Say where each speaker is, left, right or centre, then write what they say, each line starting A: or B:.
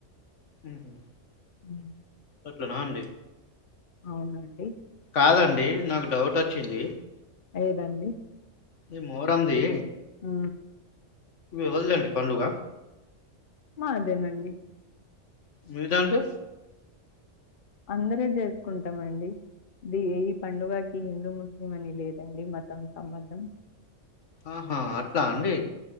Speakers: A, on the left; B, on the left.
A: ఉహ్మ్మ్
B: హ్మ్
A: అట్లనా అండి
B: అవునండి
A: కాదండీ నాకు డౌటోచ్చింది
B: ఏదండి
A: ఈ మోర్హందీ
B: ఊ
A: ఎవల్దండి పండుగ
B: మాదెనండి
A: మీదాంటె
B: అందరు జేస్కుంటమండి ఇది ఏ ఈ పండుగాకి హిందూ ముస్లిం అని లేదండి మతం సమందం
A: ఆహా అట్లా అండి